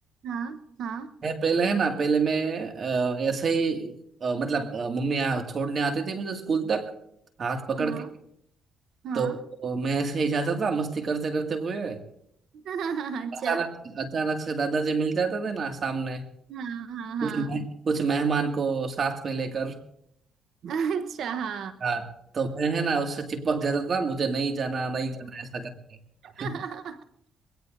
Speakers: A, on the right (about 65°); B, on the right (about 45°).
A: हाँ हाँ
B: मैं पहले है ना पहले मैं अ, ऐसे ही अ, मतलब अ, मम्मी आ, छोड़ने आती थी मुझे स्कूल तक हाथ पकड़
A: हाँ
B: के
A: हाँ
B: तो मैं ऐसे ही जाता था मस्ती करते करते हुए
A: <laughs> अच्छा
B: अचानक अचानक से दादाजी मिल जाते थे ना सामने
A: हाँ हाँ हाँ
B: कुछ मेह- कुछ मेहमान को साथ में लेकर
A: अच्छा हाँ
B: हाँ तो मैं है ना उससे चिपक जाता था मुझे नहीं जाना नहीं जाना ऐसा करके
A: <laughs>
B: <laughs>